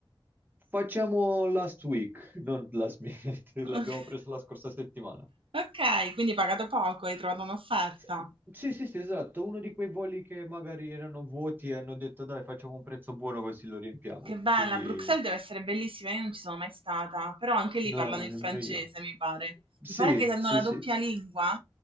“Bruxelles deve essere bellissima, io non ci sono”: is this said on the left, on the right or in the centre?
Right